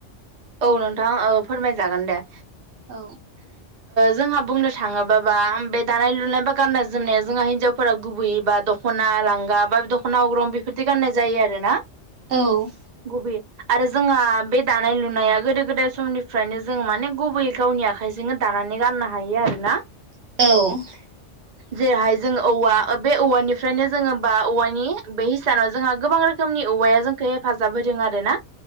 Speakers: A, on the right; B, on the right.
A: औ नोंथां ओ फोरमायजागोन दे
B: औ
A: जोंहा बुंनो थाङोबाबा बे दानाय लुनाय बा गाननाय जोमनाया जोंहा हिनजाव फोर गुबै बा दख'ना लांगा बा दख'ना अग्रं बेफोरदि गाननाय जायो आरो ना
B: औ।
A: गुबै आरो जोंङहा बे दानाय लु नाया गोदो गोदाय समनिफ्रायनो जों माने गुबैयै गावनि आखाइजोंनो दानानै गाननो हायो आरोना।
B: <inaudible> <inaudible>
A: जेरैहाय जोंङ औवा बे औवानिफ्रायनो जोङो बा औवानि बे हिसानाव जोंहा गोबां रो खोमनि औवाया जोंखौ हेफाजाब होदों आरो ना